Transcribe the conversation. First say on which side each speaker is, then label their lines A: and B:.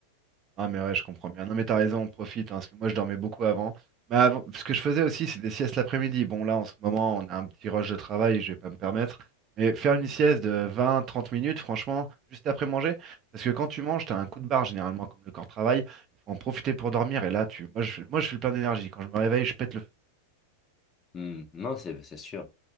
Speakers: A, on the right; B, on the left.
A: Ah, mais ouais, je comprends bien. Non, mais t'as raison, on profite, hein, parce que moi, je dormais beaucoup avant. Mais avant, ce que je faisais aussi, c'est des siestes l'après-midi. Bon, là, en ce moment, on a un petit rush de travail, je vais pas me permettre. Mais faire une sieste de vingt, trente minutes, franchement, juste après manger, parce que quand tu manges, t'as un coup de barre, généralement, comme le corps travaille. Il faut en profiter pour dormir, et là, tu... moi, je, moi, je suis le plein d'énergie. Quand je me réveille, je pète le feu.
B: Hmm. Non, c'est c'est sûr.